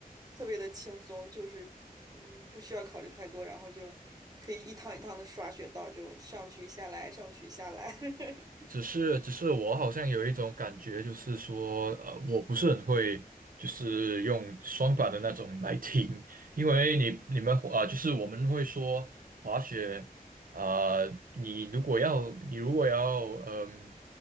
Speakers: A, on the right; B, on the right.
A: 特别的轻松，就是嗯，不需要考虑太多，然后就可以一趟一趟的刷雪道，就上去下来，上去下来。<laughs>
B: 只是只是我好像有一种感觉，就是说，呃，我不是很会，就是用双板的那种来听，因为你你们啊、呃就是我们会说滑雪。呃，你如果要，你如果要，嗯，